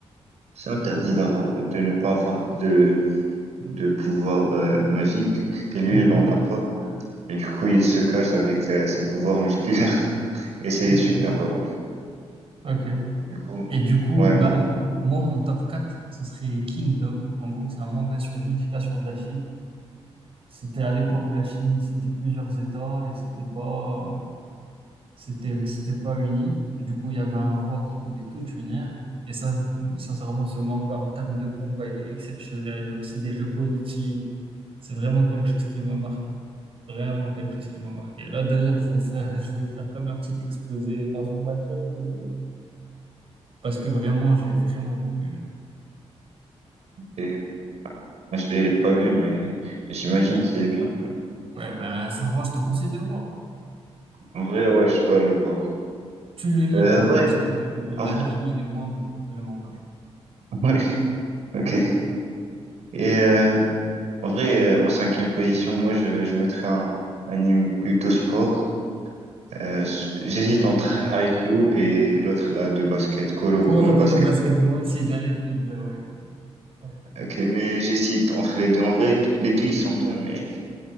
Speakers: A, on the right (about 75°); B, on the right (about 55°).
A: c'est interdit d'avoir, de ne pas avoir de, de pouvoir euh, magique. Et lui,
B: Ok,
A: il en a pas. Et du coup, il se cache avec euh, ses pouvoirs musculaires. <laughs> Et c'est
B: ok,
A: super drôle.
B: ok.
A: Du coup,
B: Et du coup,
A: ouais,
B: bah,
A: mon-
B: moi, moi, mon top 4, ça serait Kingdom. En gros, c'est un manga sur l'unification de la Chine. C'était à l'époque où la Chine, c'était plusieurs États et c'était pas. c'était c'était pas uni. Du coup, il y avait un roi qui voulait tout unir. Et ça, sincèrement, ce manga en termes de combat, il est exceptionnel. Il y a aussi des jeux politiques. C'est vraiment quelque chose qui m'a marqué. Vraiment quelque chose qui m'a marqué. Là, d'ailleurs, je vais faire, <laughs> je vais faire comme un petit exposé dans une matière que j'ai. Parce que vraiment, je l'ai vraiment beaucoup aimé.
A: et Je l'ai pas vu, mais j'imagine qu'il est bien.
B: Ouais, ben, sincèrement, je te conseille de voir. hein.
A: En vrai, ouais, je dois le voir.
B: Tu le lis
A: Euh,
B: plutôt,
A: ouais,
B: parce que l'anime,
A: en vrai,
B: il est moins bon que le manga.
A: <laughs> ouais, ok.
B: Ouais.
A: Et euh, en vrai, euh, en cinquième position, moi, je, je mettrais un, un anime plutôt sport. Euh, s- j'hésite entre Haikyuu et l'autre là de basket, Kuroko
B: pour
A: no
B: Kono
A: Basket.
B: Basket, moi aussi, j'allais te le dire, ouais. Ouais.
A: Ok, mais j'hésite entre les deux. En vrai, t- les deux, ils sont bien, mais